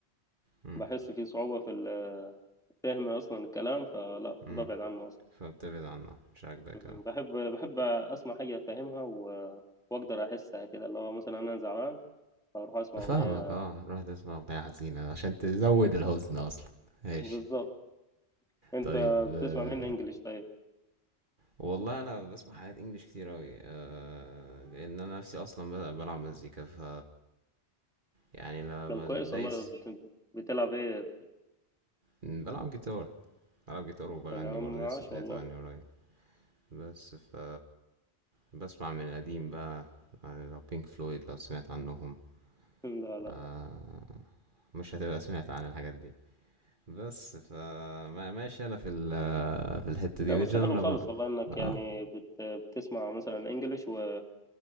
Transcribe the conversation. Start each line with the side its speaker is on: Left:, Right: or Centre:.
Right: امم
Centre: بحس فيه صعوبة في ال- فهم أصلا الكلام فلا
Right: امم
Centre: ببعد عنه أصلا
Right: فبتبعد عنها مش عاجباك
Centre: م،
Right: اوي
Centre: بحب بحب أسمع حاجة أفهمها و... وأقدر أحسها كده اللي هو مثلا أنا زعلان فأروح أسمع
Right: فاهمك
Centre: أغنية
Right: اه روح تسمع اغنية حزينة عشان تزود الحزن اصلا ماشي
Centre: بالظبط أنت
Right: طيب
Centre: بتسمع
Right: آه
Centre: مين إنجلش طيب؟
Right: والله انا بسمع حاجات انجليش كتير اوي آه لان انا نفسي اصلا ب- بلعب مزيكا ف يعني لما
Centre: لو كويس
Right: بدايس
Centre: والله بت... بتلعب إيه؟
Right: بلعب جيتار بلعب جيتار وبغني
Centre: طب يا عم
Right: برضه
Centre: عاش
Right: لسه ابتديت
Centre: والله
Right: اغني قريب بس ف بسمع من القديم بقى يعني لو بينك فلويد لو سمعت عنهم
Centre: <laughs> لا لا
Right: آه مش هتبقى سمعت عن الحاجات دي بس فما ماشي انا في ال في الحتة
Centre: لا
Right: دي
Centre: بس
Right: والجانرا
Centre: حلو خالص
Right: بقى
Centre: والله إنك يعني
Right: اه
Centre: بت... بتسمع مثلا إنجلش و...